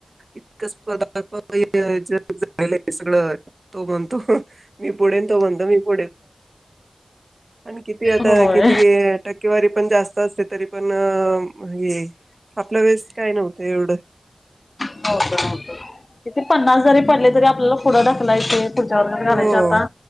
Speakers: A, on the right (about 55°); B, on the left (about 55°).
A: <unintelligible> सगळं तो म्हणतो मी पुढेन तो म्हणतो मी पुढे आणि किती आता
B: होय
A: किती अअ टक्केवारी पण जास्त असते तरी पण अ हे आपल्या वेळेस काय नव्हत एवढं.
B: हो किती पन्नास जरी पडले तरी आपल्याला पुढ ढकलायचे. पुढच्या वर्गात
A: हो
B: घालायचे आता